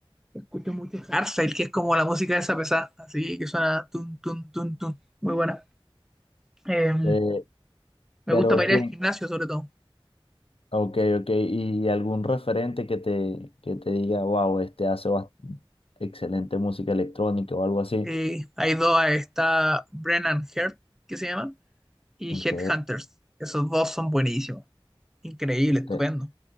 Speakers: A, in the centre; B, on the left.
A: Escucho mucho Hardstyle, que es como la música de esa pesada, así que suena tun, tun, tun, tun. Muy buena. Eh,
B: Eh,
A: me
B: pero
A: gusta para
B: quién,
A: ir al gimnasio, sobre todo.
B: ok, ok, y algún referente que te, que te diga, wow, este hace bas- excelente música electrónica o algo así.
A: Eh, hay dos, eh, está Brennan Heart, que se llama, y
B: Ok,
A: Headhunters. Esos dos son buenísimos. Increíble,
B: usted-
A: estupendo.